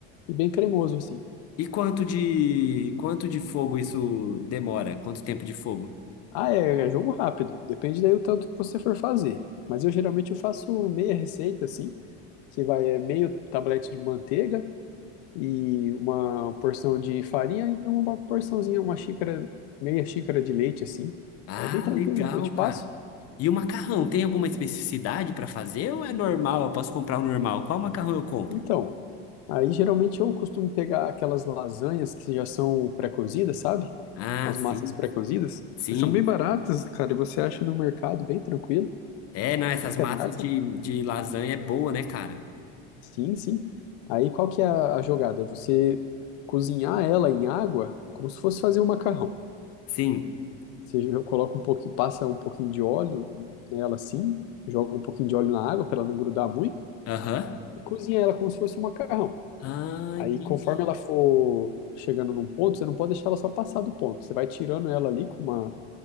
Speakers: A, on the left; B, on the left.
A: e bem cremoso assim.
B: E quanto de quanto de fogo isso demora? Quanto tempo de fogo?
A: Ah, é, é jogo rápido, depende daí o tanto que você for fazer. Mas eu geralmente eu faço meia receita assim, que vai é meio tablete de manteiga, e uma porção de farinha e uma porçãozinha, uma xícara, meia xícara de leite, assim.
B: Ah,
A: É bem tranquilo,
B: legal,
A: eu te
B: cara.
A: passo.
B: E o macarrão, tem alguma especificidade para fazer ou é normal? Eu posso comprar o normal? Qual macarrão eu compro?
A: Então, aí geralmente eu costumo pegar aquelas lasanhas que já são pré-cozidas, sabe?
B: Ah,
A: As
B: sim,
A: massas pré-cozidas.
B: sim.
A: Elas São bem baratas, cara, e você acha no mercado bem tranquilo,
B: É, não, essas
A: qualquer
B: massas
A: marca.
B: de, de lasanha é boa, né, cara?
A: Sim, sim. Aí qual que é a a jogada? É você cozinhar ela em água como se fosse fazer um macarrão.
B: Sim.
A: Você jo- coloca um pouquinho, passa um pouquinho de óleo nela assim, joga um pouquinho de óleo na água para ela não grudar muito
B: Aham.
A: e cozinha ela como se fosse um macarrão.
B: Ah,
A: Aí,
B: entendi.
A: conforme ela for chegando num ponto, você não pode deixar ela só passar do ponto. Você vai tirando ela ali com uma